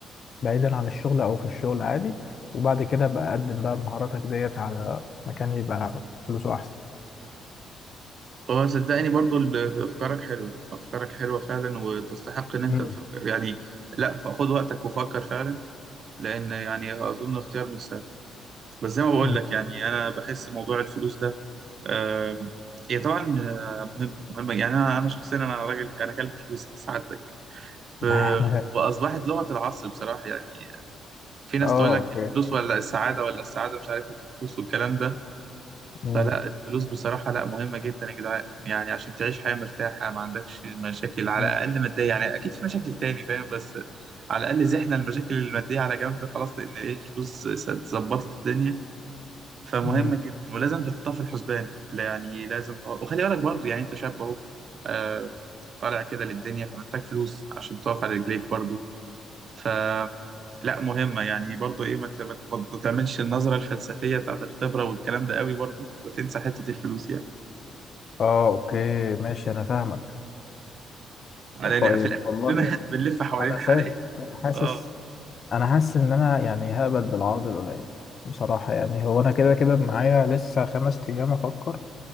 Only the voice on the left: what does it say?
بعيدا عن الشغل او في الشغل عادي وبعد كده بقى قدم بقى مهاراتك ديت على مكان يبقى فلوسه احسن
مم.
مم.
<laughs>
اه
اوكي
مم.
مم.
مم.
اه اوكي ماشي انا فاهمك
طيب
والله
انا شايف
انا حاسس
انا حاسس ان انا يعني هقبل بالعرض القليل بصراحة يعني هو انا كده كده معايا لسه خمس ايام افكر